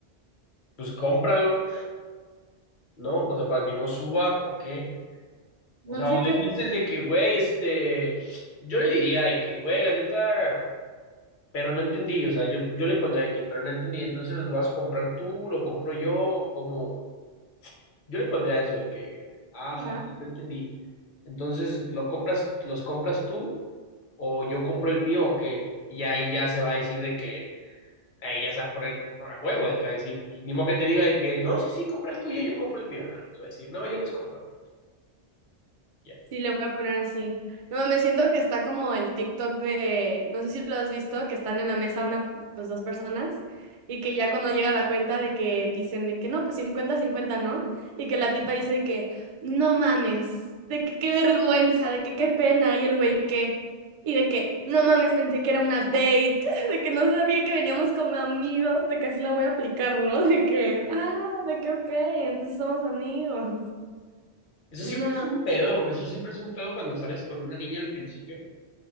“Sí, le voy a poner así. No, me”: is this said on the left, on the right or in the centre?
Right